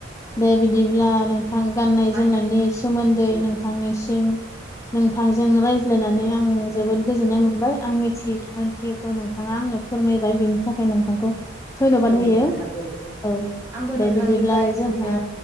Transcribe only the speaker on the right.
बायनानै
हायो
औ नंगौ
नोंथां औ
आंबो
नोंथांनिफ्राय
बिदिनो